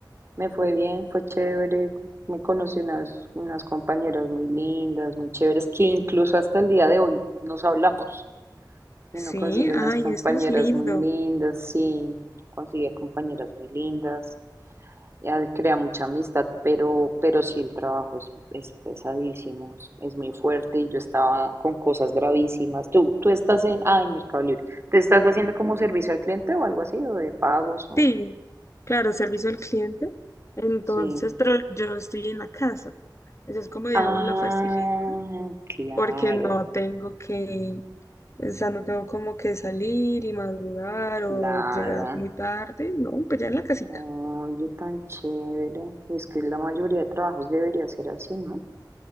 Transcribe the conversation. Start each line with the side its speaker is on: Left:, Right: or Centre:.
Right: me fue bien, fue chévere, me conocí unas, unas compañeras muy lindas, muy chéveres, que incluso hasta el día de hoy nos hablamos. Uno
Left: Sí,
Right: consigue unas
Left: ay,
Right: compañeras
Left: eso es lindo.
Right: muy lindas, sí, uno consigue compañeras muy lindas. Ya él crea mucha amistad, pero, pero sí el trabajo es, es pesadísimo, es, es muy fuerte y yo estaba con cosas gravísimas. Tú, tú estás en, ah, en Mercado Libre. ¿Te estás haciendo como servicio al cliente o algo así, o de pagos o,
Left: Sí, claro, servicio al cliente. Entonces,
Right: sí.
Left: pero yo estoy en la casa. Eso es como, digamos,
Right: Ah,
Left: la facilidad,
Right: claro,
Left: porque no tengo que, o sea, no tengo como que salir y madrugar o
Right: claro.
Left: llegar muy tarde. No, pues ya en la casita.
Right: Oye, tan chévere. Es que la mayoría de trabajos debería ser así, ¿no?